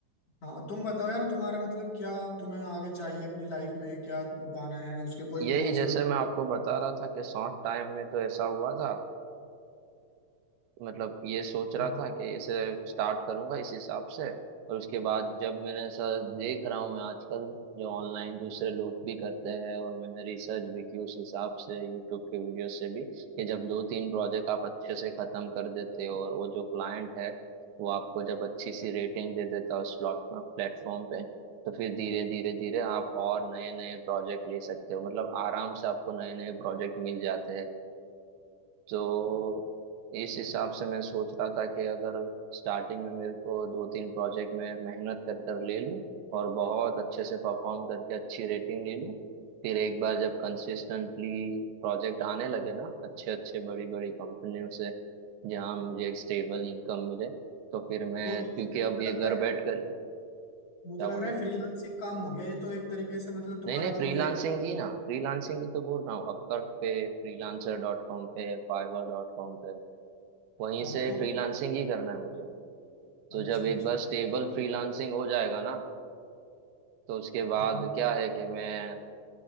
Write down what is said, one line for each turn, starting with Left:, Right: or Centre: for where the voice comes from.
Left: हाँ तुम बताओ यार तुम्हारा मतलब क्या तुम्हें आगे चाहिए अपनी लाइफ में क्या पाना है उसके कोई
Right: यही
Left: गोल्स
Right: जैसे
Left: वगैरह
Right: मैं आपको बता रहा था कि शॉर्ट टाइम में तो ऐसा हुआ था मतलब ये सोच रहा
Left: हैं?
Right: था कि इसे स्टार्ट करूंगा इस हिसाब से और उसके बाद जब मैंने ऐसा देख रहा हूँ मैं आजकल जो ऑनलाइन दूसरे लोग भी करते हैं और मैंने रिसर्च भी की उस हिसाब से यूट्यूब के वीडियो से भी कि जब दो तीन प्रोजेक्ट आप अच्छे से खत्म कर देते हो और वो जो क्लाइंट है वो आपको जब अच्छी सी रेटिंग दे देता है उस प्लेटफॉर्म प्लेटफॉर्म पे तो फिर धीरे धीरे धीरे आप और नए नए प्रोजेक्ट ले सकते हो मतलब आराम से आपको नए नए प्रोजेक्ट मिल जाते हैं तो इस हिसाब से मैं सोच रहा था कि अगर स्टार्टिंग में मेरे को दो तीन प्रोजेक्ट में मेहनत कर कर ले लूँ और बहुत अच्छे से परफॉर्म करके अच्छी रेटिंग ले लूँ फिर एक बार जब कंसिस्टेंटली प्रोजेक्ट आने लगे ना अच्छे अच्छे बड़ी बड़ी कंपनियों से जहाँ मुझे एक स्टेबल इनकम मिले तो फिर मैं
Left: तो ये
Right: क्योंकि
Left: मुझे
Right: अब ये
Left: लग
Right: घर
Left: रहा है
Right: बैठ कर
Left: मुझे
Right: क्या
Left: लग
Right: बोल
Left: रहा
Right: रहे
Left: है
Right: हो
Left: फ्रीलांसिंग काम हो गया ये तो एक तरीके से मतलब तुम्हारा
Right: नहीं नहीं फ्रीलांसिंग
Left: गोल ये
Right: की
Left: है
Right: ना फ्रीलांसिंग की तो बोल रहा हूँ अपवर्क पे फ्रीलांसर डॉट कॉम पे फाइवर डॉट कॉम पे वहीं
Left: हाँ
Right: से
Left: तो
Right: फ्रीलांसिंग ही करना है मुझे तो
Left: अच्छा
Right: जब
Left: अच्छा
Right: एक बार स्टेबल फ्रीलांसिंग हो जाएगा ना तो उसके बाद
Left: हाँ
Right: क्या है कि मैं